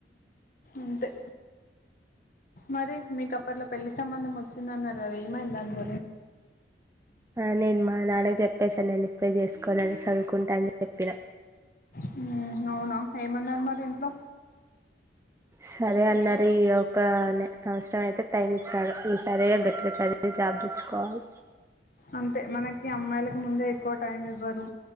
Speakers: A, on the left; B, on the right.
A: అంతే మరి మీకు అప్పట్లో పెళ్లి సంబంధం వచ్చిందన్నారు కదా ఏమైంది దానిగు
B: ఆ నేను మా మా నాన్న కి చెప్పేసా నేను ఇప్పుడే చేసుకోనని సాదువుకుంటానని చెప్పిన
A: హ్మ్ అవునా ఏమన్నారు మరి ఇంట్లో
B: సరే అన్నారు ఈ ఒక సంవత్సరం అయితే టైం ఇచ్చారు ఈ సరీ ఇగ గట్టిగా చదివి జాబ్ తెచ్చుకోవాలి
A: అంతే మనకి అమ్మాయిలకు ముందే ఎక్కువ టైమ్ ఇవ్వరు